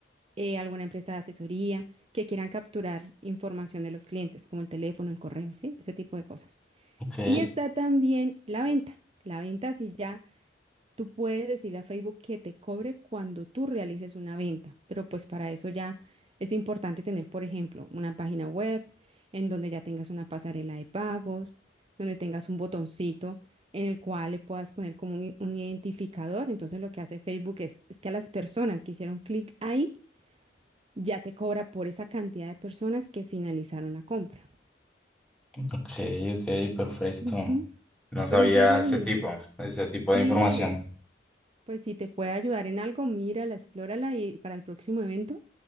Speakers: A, on the right; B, in the centre.
A: eh, alguna empresa de asesoría, que quieran capturar información de los clientes, como el teléfono, el correo, ¿sí? Ese tipo de cosas.
B: Ok,
A: Y está también la venta. La venta sí ya Tú puedes decirle a Facebook que te cobre cuando tú realices una venta, pero pues para eso ya es importante tener, por ejemplo, una página web en donde ya tengas una pasarela de pagos, donde tengas un botoncito en el cual le puedas poner como un, un identificador. Entonces lo que hace Facebook es, es que a las personas que hicieron clic ahí, ya te cobra por esa cantidad de personas que finalizaron la compra.
B: ok, ok, perfecto.
A: Ujú.
B: No sabía
A: Pero entonces,
B: ese
A: mira,
B: tipo, ese tipo de
A: sí.
B: información.
A: Pues si te puede ayudar en algo, mírala, explórala y para el próximo evento